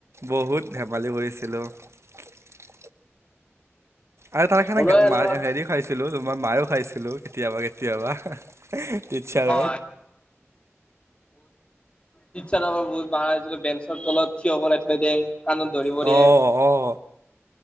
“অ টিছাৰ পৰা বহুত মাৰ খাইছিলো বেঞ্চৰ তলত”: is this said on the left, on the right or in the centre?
Left